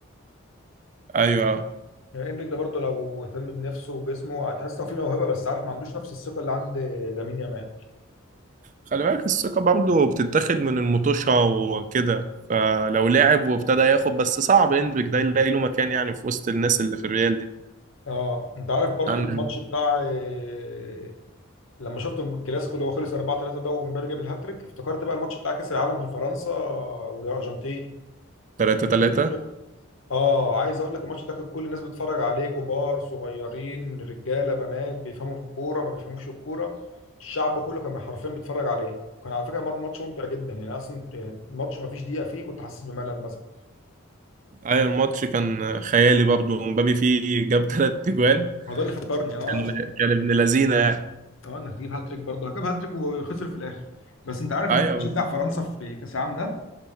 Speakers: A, on the right; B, on the left.
A: أيوه
B: يعني انريك ده برضو لو اهتم بنفسه وجسمه هتحس انه في موهبه بس عارف ما عندوش نفس الثقه اللي عند لامين يامال
A: خلي بالك الثقة برضه بتتاخد من المطوشة وكده فلو لعب وابتدى ياخد بس صعب هندريك ده يلاقي له مكان يعني في وسط الناس اللي في الريال دي
B: اه انت عارف برضو
A: عندي
B: الماتش بتاع آه، لما شفت الكلاسيكو اللي هو خلص 4 3 ده ومبابي جاب الهاتريك افتكرت بقى الماتش بتاع كاس العالم في فرنسا والارجنتين
A: 3
B: اكيد
A: 3
B: شفت اه عايز اقول لك الماتش ده كان كل الناس بتتفرج عليه كبار صغيرين رجاله بنات بيفهموا في الكوره ما بيفهموش في الكوره الشعب كله كان حرفيا بيتفرج عليه وكان على فكره ماتش ممتع جدا يعني اصلا الماتش ما فيش دقيقه فيه كنت حاسس بملل مثلا
A: أي الماتش كان خيالي برضه مبابي فيه جاب تلات تجوان
B: هو ده اللي فكرني اه
A: كان كان ابن لذينة يعني
B: اه انك تجيب هاتريك برضه جاب هاتريك وخسر في الاخر بس انت عارف
A: أيوة
B: انا كنت بشجع فرنسا في كاس العالم ده